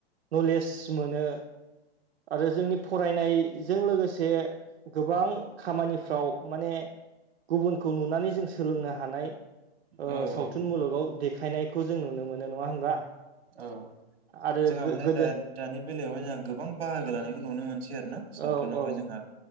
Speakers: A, on the right; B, on the right.
A: नलेज मोनो आरो जोंनि फरायनायजों लोगोसे गोबां खामानि फ्राव माने गुबुनखौ नुनानै जों सोलोंनो हानाय
B: औ
A: सावथुन
B: औ
A: मुलुगाव देखायनायखौ जों नुनो मोनो। नंङा होनबा?
B: औ
A: आरो
B: जोंहा माने
A: गोदो
B: दा दानि बेलायावहाय जोंहा गोबां बाहागो लानायखौ नुनो मोनसै आरोना सावथुनावहाय
A: औ औ
B: जोंहा।